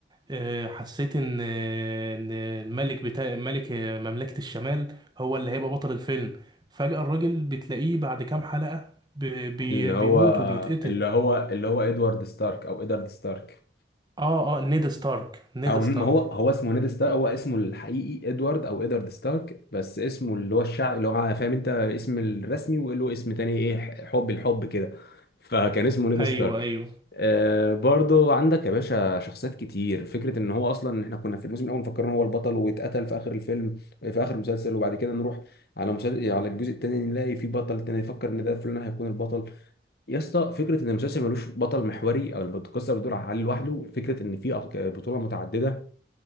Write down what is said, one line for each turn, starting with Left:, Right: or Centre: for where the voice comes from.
Right: آه، حسيت ان آه، ان الملك بتاع ملك آه، مملكة الشمال هو اللي هيبقى بطل الفيلم فجأة الراجل بتلاقيه بعد كام حلقة ب- بي-
Left: اللي هو
Right: بيموت وبيتقتل
Left: اللي هو اللي هو ادوارد ستارك او ادارد ستارك
Right: اه اه نيد ستارك نيد
Left: او
Right: ستارك
Left: ما هو هو اسمه نيد ستارك هو اسمه الحقيقي ادوارد او ادارد ستارك بس اسمه اللي هو الشعب اللي هو فاهم انت اسم الرسمي وله اسم تاني ايه حب الحب كده فكان اسمه نيد
Right: ايوه
Left: ستارك
Right: ايوه
Left: آه برضو عندك يا باشا شخصيات كتير فكرة ان هو اصلا احنا كنا في الموسم الاول مفكرين هو البطل واتقتل في اخر الفيلم في اخر المسلسل وبعد كده نروح على مسلسل على الجزء التاني نلاقي في بطل تاني يفكر ان ده فلان هيكون البطل يا اسطى فكرة ان المسلسل ملوش بطل محوري او القصة بتدور على علي لوحده فكرة ان في أب- بطولة متعددة